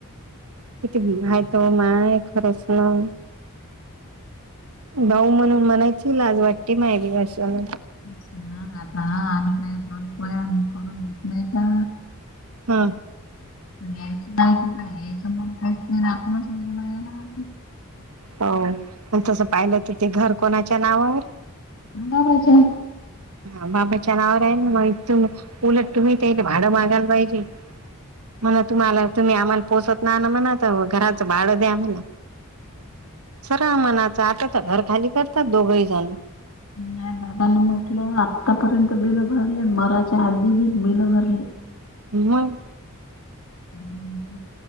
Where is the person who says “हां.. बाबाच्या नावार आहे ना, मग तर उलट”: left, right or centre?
Right